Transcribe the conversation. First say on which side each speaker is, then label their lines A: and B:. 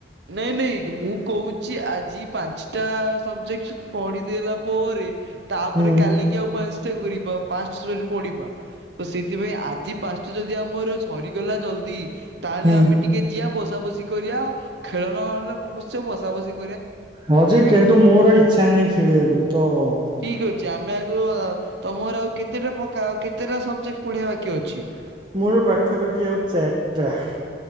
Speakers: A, on the right; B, on the right.
A: ନାଇଁ ନାଇଁ ମୁଁ କହୁ ଛି ଆଜି ପାଞ୍ଚଟା ସବଜେକ୍ଟ ପଢ଼ିଦେଲା ପରେ ତାପରେ
B: ହୁଁ
A: କାଲିକି ଆଉ ପାନସ୍ ଟା କରିବା ପାଷ୍ଟଟା ରେ ପଡିବା ତ ସେଇଥିପାଇଁ ଆଜି ପାଞ୍ଚଟା ଯଦି ଆମର ସରିଗଲା ଜଲଦି । ତାହେଲେ
B: ହୁଁ
A: ଆମେ ଟିକେ ଯିିଆ ବସ ବସା ବସି କରିବା । ଖେଳ ନ ହେଲେ ପଛେ ବସା ବସା କରିବା ।
B: ହଁ ଯେ କିନ୍ତୁ ମୋର ଇଚ୍ଛା ନାହିଁ ଖେଳିବାକୁ ତ ।
A: ଠିକ ଅଛି ଆମେ ଆଗ । ତ ମୋର ଆଉ କେତେଟା ପକାଅ କେତେଟା ସବଜେକ୍ଟ ପଢିବା ବାକି ଅଛି ।
B: ମୋ ର ପାଖାପାଖି ହଉଛି ଚାରିଟା ।